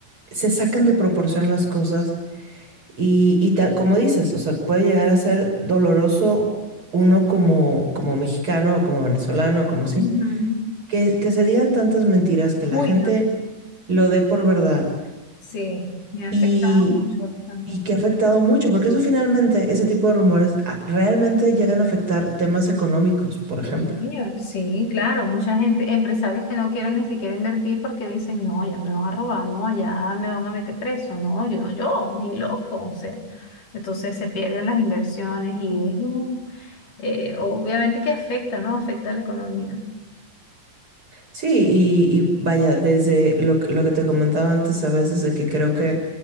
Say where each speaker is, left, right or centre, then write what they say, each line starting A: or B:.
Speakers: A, on the right; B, on the left.
A: se sacan de proporción las cosas y, y ta- como dices, o sea, puede llegar a ser doloroso uno como, como mexicano o como venezolano, como así,
B: ujú.
A: que, que se digan tantas mentiras que la
B: Uy,
A: gente
B: no,
A: lo dé por verdad.
B: sí, me ha afectado
A: Y,
B: mucho bastante.
A: y que ha afectado mucho, porque eso finalmente, ese tipo de rumores ah, realmente llegan a afectar temas económicos, por ejemplo.
B: Sí, señor. Sí, claro, mucha gente, empresarios que no quieren ni siquiera invertir porque dicen, no, allá me van a robar, no, allá me van a meter preso, no, yo no, yo, ni loco, o sea, entonces se pierden las inversiones y es un, eh, obviamente que afecta, ¿no? Afecta a la economía.
A: Sí, y, y vaya, desde lo, que- lo que te comentaba antes a veces de que creo que